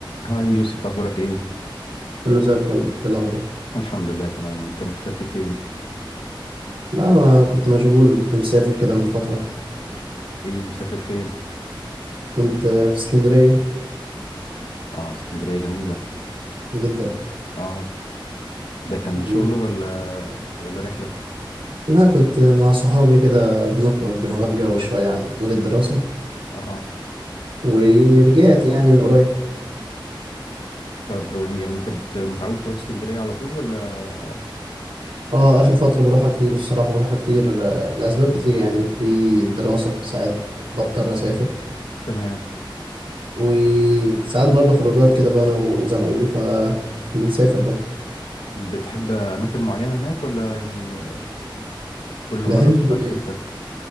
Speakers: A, on the left; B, on the right.
A: هاي يوسف اخبارك ايه
B: كله زي الفل إيه الأخبار
A: الحمد لله تمام انت مختفي فين
B: لا ما كنت مشغول وكنت مسافر كده من فترة
A: ايه مسافر فين
B: كنت آه، في اسكندرية
A: اه اسكندرية جميلة
B: جدا
A: اه ده كان شغل
B: مم.
A: ولا ولا رحلة
B: لا كنت مع صحابي كده بنخرج بنغير جو شوية عن مود الدراسة
A: اه
B: ورجعت يعني من قريب
A: طب يعني انت بت... متعود تروح اسكندرية على طول ولا
B: اه آخر فترة بروحها كتير الصراحة بروحها كتير آه، لأسباب كتير يعني في الدراسة ساعات بضطر أسافر
A: تمام
B: وساعات برضه خروجات كده بقى أنا وزمايلي فبنسافر برضه
A: بتحب اماكن معينة هناك ولا يعني كل
B: بحب
A: مرة بتبقى في حتة